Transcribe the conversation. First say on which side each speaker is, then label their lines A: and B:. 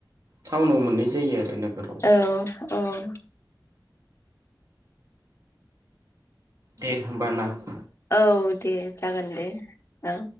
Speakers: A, on the right; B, on the left.
A: टाउनाव मोननाय जायो आरो नोगोराव
B: औ औ
A: दे होमबा ना ।
B: औ दे जागोन दे औ